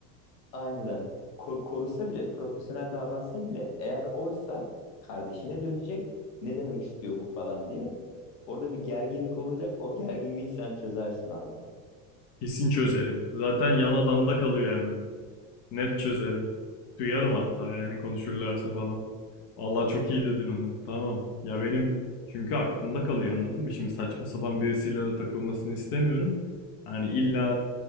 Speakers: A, on the left (about 85°); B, on the left (about 50°).
A: Aynen. Ko- korusa bile, profesyonel davransa bile eğer oysa kardeşine dönecek. Ne demek istiyor bu falan diye. Orada bir gerginlik olacak. O gerginliği sen çözersin abi.
B: Kesin çözerim. Zaten yan odamda kalıyor hemen. Net çözerim. Duyarım hatta yani konuşurlarsa falan. Vallahi çok iyi dedin onu. Tamam. Ya benim çünkü aklımda kalıyor anladın mı? Şimdi saçma sapan birisiyle de takılmasını istemiyorum. Hani illa